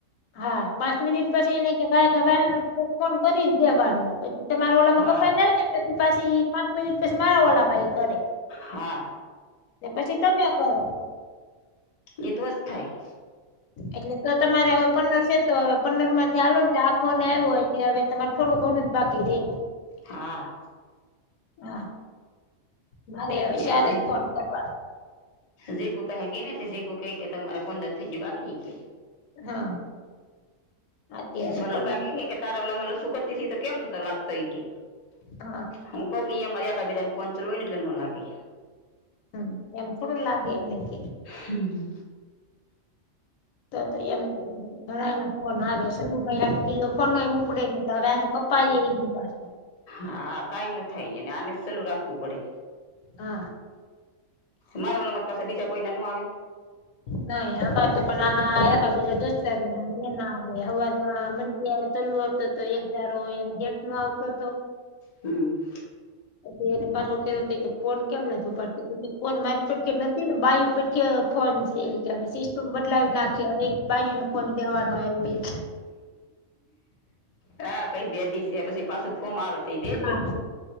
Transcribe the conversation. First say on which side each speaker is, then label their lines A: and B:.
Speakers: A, on the left; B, on the left.
A: હા પાંચ મિનિટ પછી એને કંઈ ગાય ગબા. ફોન કરી દેવાનું પછી તમારા ઓલામાં
B: હા
A: કપાઈ જાય ને પછી પાછી, પાંચ મિનિટ પછી મારા વલાબાઈ કરે‌ને
B: હા
A: પછી તમે કરો,
B: એ તો જ થાય
A: એટલે તો તમારે હવે પંદર છે તો હવે પંદર માંથી આલો ને ફોન આવ્યો હોય એટલે હવે તમારે થોડું ઘણું જ બાકી દે
B: હા
A: હા મારે હવે
B: યારજી
A: સારે જ ફોન કરવાનો
B: જે ગુપ હેગ ને તે જેગુ કે કે તમારે પદર <unintelligible> બાકી કે
A: હા હા તે હવે
B: સોનલ
A: પંદર
B: કાકી તારા વલામાં લસુ કરતી તો કેમ નતો લાગતો એઈ કે
A: હા
B: હું કહું મારે કભી <unintelligible> જન ફોન ચને લ લાગે
A: હમ એમ થોડું લાગેને કે
B: હમ
A: તો તો એમ જણાય <unintelligible> ફોન આવે છેેલું બીજો ફોન ઉપડે નહી તો હવે કપાઈ પા
B: હા કઈ ન થાય અને આને સલું રાખવું પડે
A: હા
B: મારા વાળ મત પાછ બીજા કોઈના ન આવે
A: નહી અમારે તો પણ આ એક બીજા દોસ્તારૂ ના ના આવે હવારમાં મ ત <unintelligible> ચલુ હત તો એકજારો એ ગેટ નો આવતો હતો
B: હમ
A: પછી એને પાછો કે ત કે ફોન કેમ નથી પડતી ફોન મારી પડ નથી ને બાયુ પેટ કે ફોન છે કે સિસ્ટમ બદલાવી નાખી હવે બાજુ ને ફન દેવાનો આવ્યો એ
B: હા કઈ બેદી છે પછી પાછું ફોર્મ આવે તો એ દેજે
A: હા